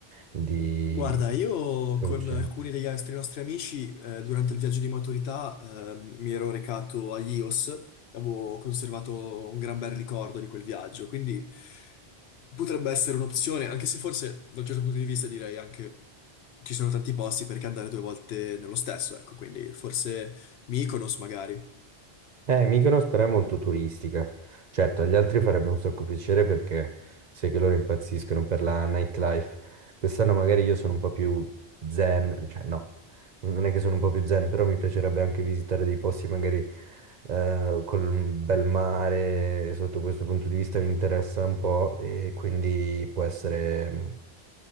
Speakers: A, on the right (about 50°); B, on the left (about 75°).
A: di
B: Guarda, io
A: soluzioni.
B: con alcuni degli altri nostri amici eh, durante il viaggio di maturità eh, mi ero recato agli IOS, avevo conservato un gran bel ricordo di quel viaggio, quindi potrebbe essere un'opzione, anche se forse da un certo punto di vista direi anche ci sono tanti posti perché andare due volte nello stesso, ecco, quindi forse Mykonos magari.
A: Eh, Mykonos però è molto turistica. Certo, agli altri farebbe un sacco piacere perché sai che loro impazziscono per la nightlife. Quest'anno magari io sono un po' più zen, cioè no, non è che sono un po' più zen, però mi piacerebbe anche visitare dei posti magari eh, con un bel mare, e sotto questo punto di vista mi interessa un po' e quindi può essere, mm,